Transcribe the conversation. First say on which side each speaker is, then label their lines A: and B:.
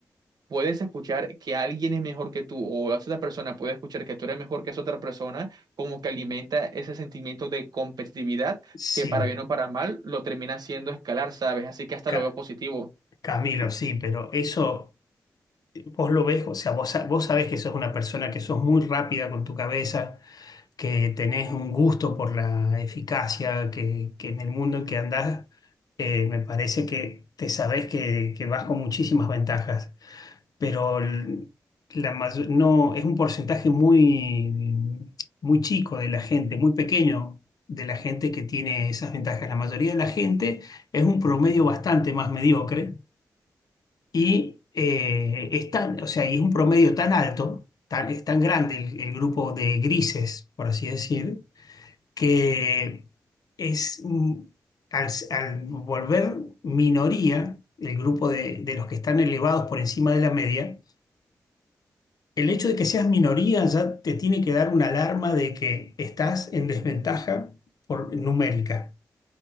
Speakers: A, on the right; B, on the left.
A: puedes escuchar que alguien es mejor que tú o la otra persona puede escuchar que tú eres mejor que esa otra persona, como que alimenta ese sentimiento de competitividad
B: sí,
A: que para bien o para mal lo termina haciendo escalar, ¿sabes? Así que hasta
B: Ca-
A: lo veo positivo.
B: Camilo, sí, pero eso vos lo ves, o sea, vos, sa- vos sabés que sos una persona que sos muy rápida con tu cabeza que tenés un gusto por la eficacia, que, que en el mundo en que andás, eh, me parece que te sabés que, que vas con muchísimas ventajas, pero l- la mayo- no, es un porcentaje muy, muy chico de la gente, muy pequeño de la gente que tiene esas ventajas. La mayoría de la gente es un promedio bastante más mediocre y eh, es tan- o sea, y es un promedio tan alto, tan, es tan grande el el grupo de grises, por así decir que es, mm, al, al volver minoría, el grupo de, de los que están elevados por encima de la media, el hecho de que seas minoría ya te tiene que dar una alarma de que estás en desventaja por, numérica